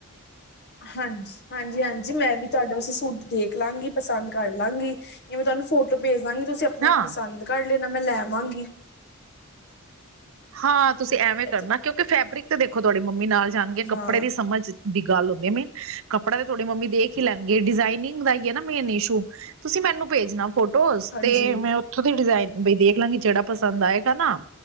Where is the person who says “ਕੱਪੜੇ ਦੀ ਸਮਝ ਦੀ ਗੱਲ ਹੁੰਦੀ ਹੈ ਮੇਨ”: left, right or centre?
Right